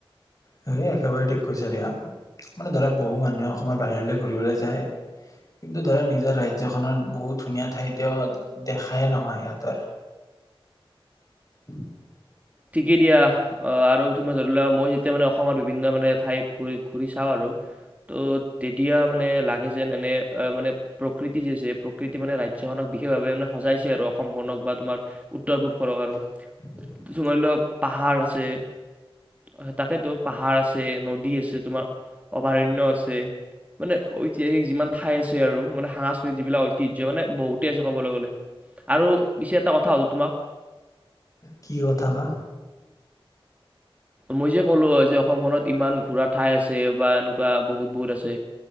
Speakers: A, on the left; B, on the right.
A: স একেবাৰে ঠিক কৈছে দিয়া মানে ধৰা বহু মানুহে অসমৰ বাহিৰলৈ ঘূৰিবলৈ যায় কিন্তু ধৰা নিজৰ ৰাজ্যখনত বহুত ধুনীয়া ঠাইত দেখাই নহয় সিহঁতৰ ়
B: ঠিকেই দিয়া আৰু তুমি ধৰিোৱা মই যেতিয়া মানে অসমৰ বিভিন্ন মানে ঠাইত ঘূৰি চাওঁ আৰু ত' তেতিয়া মানে লাগে যেন এনে মানে প্ৰকৃতি যি আছে প্ৰকৃতি মানে ৰাজ্যখনক বিশেষভাৱে মানে সজাইছে আৰু অসমখনক বা তোমাৰ উত্তৰ পূবখনক আৰু
A: ় <unintelligible>
B: োম অপ পাহাৰ আছে তাকেতো পাহাৰ আছে নদী আছে তোমাৰ অভয়াৰণয় আছে মানে ঐতিহাসিক যিমান ঠাই আছে আৰু মানে সাংস্কৃতিক যিবিলাক ঐতিহ্য মানে বহুতে আছে ক'বলৈ গলে আৰু পিছে এটা কথা হ'লো তোমাক
A: কি কথা বা
B: মই যে ক'লো যে অসমখনত ইমান ঘোৰা ঠাই আছে বা এনেকুৱা বহুত বহুত আছে